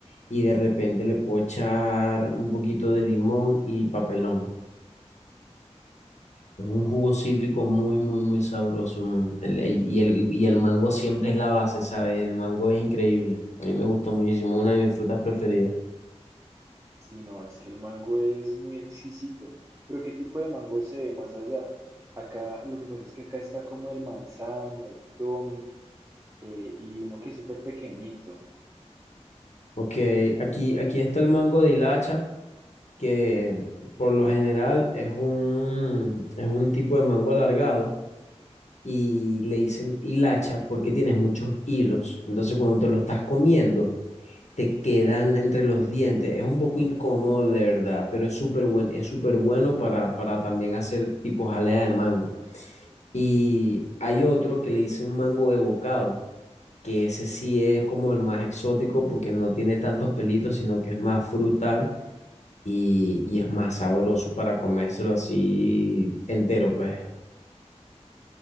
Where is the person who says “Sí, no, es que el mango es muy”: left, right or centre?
Right